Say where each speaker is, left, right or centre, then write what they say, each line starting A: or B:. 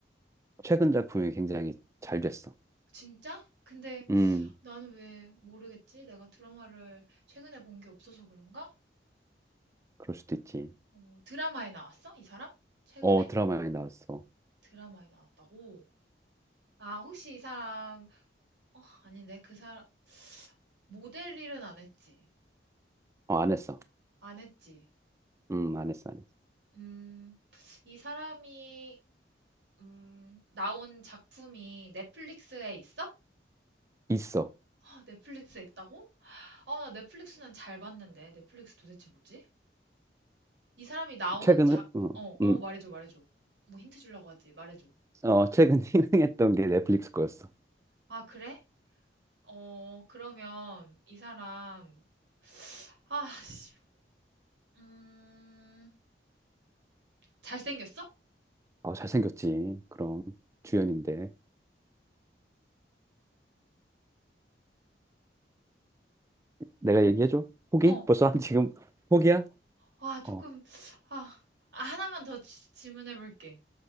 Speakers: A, on the right; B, on the right.
A: 최근 작품이 굉장히 잘 됐어.
B: 진짜? 근데
A: 음,
B: 나는 왜 모르겠지? 내가 드라마를 최근에 본 게 없어서 그런가?
A: 그럴 수도 있지.
B: 어, 드라마에 나왔어? 이 사람? 최근에?
A: 어, 드라마에 나왔어.
B: 드라마에 나왔다고? 아, 혹시 이 사람, 어, 아닌데, 그 사람, 모델 일은 안 했지?
A: 어, 안 했어.
B: 안 했지?
A: 음, 안 했어, 안 했어.
B: 음, 이 사람이, 음, 나온 작품이 넷플릭스에 있어?
A: 있어.
B: 아, 넷플릭스에 있다고? 아, 나 넷플릭스는 잘 봤는데. 넷플릭스 도대체 뭐지? 이 사람이 나온
A: 최근은?
B: 작,
A: 어,
B: 어, 어,
A: 음.
B: 말해줘, 말해줘. 뭐 힌트 주려고 하지, 말해줘.
A: 어, 최근 <laughs> 흥행했던 게 넷플릭스 거였어.
B: 아, 그래? 어, 그러면 이 사람, 아, 씨, 음, 잘생겼어?
A: 어, 잘생겼지. 그럼 주연인데. 내가 얘기해줘? 포기?
B: 어,
A: 벌써 한 지금 포기야?
B: 아, 조금,
A: 어,
B: 아, 아, 하나만 더 지- 질문해볼게.